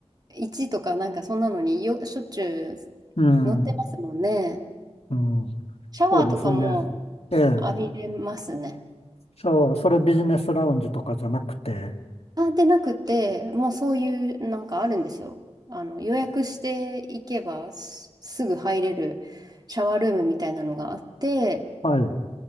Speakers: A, on the right; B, on the left.
A: 1とかなんかそんなのによ、しょっちゅう
B: うん、
A: 乗ってますもんね。
B: うん、
A: シャワーとかも
B: そうですね。ええ、
A: 浴びれますね。
B: そう、それビジネスラウンジとかじゃなくて、
A: あ、でなくて、もうそういうなんかあるんですよ。あの、予約していけばす、すぐ入れるシャワールームみたいなのがあって、
B: はい。